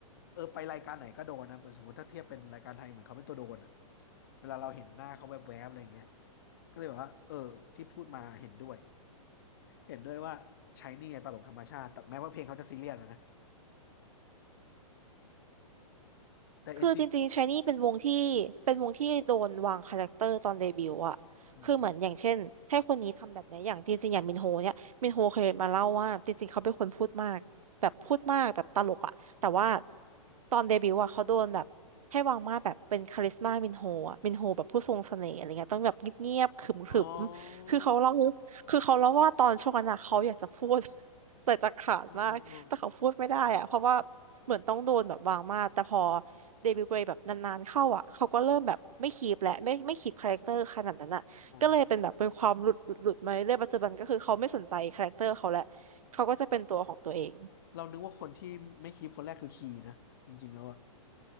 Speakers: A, on the left; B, on the right.
A: เออไปรายการไหนก็โดนนะเหมือนสมมติถ้าเทียบเป็นรายการไทยเหมือนเขาเป็นตัวโดนอ่ะเวลาเราเห็นหน้าเขาแวบๆอะไรเงี้ยก็เลยบอกว่าเออที่พูดมาเห็นด้วยเห็นด้วยว่าใช้นี่ตลกธรรมชาติแต่แม้ว่าเพลงเขาจะซีเรียสนะนะ <laughs> แต่
B: คือจริงๆชายนี่เป็นวงที่
A: n อนซี
B: เป็นวงที่โดนวางคาแรคเตอร์ตอนเดบิวต์อะคือเหมือนอย่างเช่นให้คนนี้ทำแบบไหนอย่างจริงๆอย่างมินโฮเนี่ยมินโฮเคยมาเล่าว่าจริงๆเขาเป็นคนพูดมากแบบพูดมากแบบตลกอะแต่ว่า
A: อืม
B: ตอนเดบิวต์อะเขาโดนแบบให้วางมาตรแบบเป็นคาริสมามินโฮอะมินโฮแบบผู้ทรงเสน่ห์อะไรเงี้ยต้องแบบเงียบๆขรึมๆคือเขาเล่า
A: ออ
B: คือเขาเล่าว่าตอนช่วงนั้นอะเขาอยากจะพูด <laughs> แต่จะขาดมากแต่เขาพูดไม่ได้อะเพราะว่า
A: อ๋ออ๋ออ๋อ
B: เหมือนต้องโดนแบบวางมาตรแต่พอ เดบิวต์ไปแบบนานๆเข้าอ่ะเขาก็เริ่มแบบไม่คีปและไม่ไม่คีปคาแรคเตอร์ขนาดนั้นอ่ะก็เลยเป็นแบบเป็นความหลุดหลุดหลุดมาเรื่อยปัจจุบันก็คือเขาไม่สนใจคาแรคเตอร์เขาแล้วเขาก็จะเป็นตัวของตัวเอง
A: อ๋อเรานึกว่าคนที่ไม่คีปคนแรกคือคีนะจริงๆแล้วอะ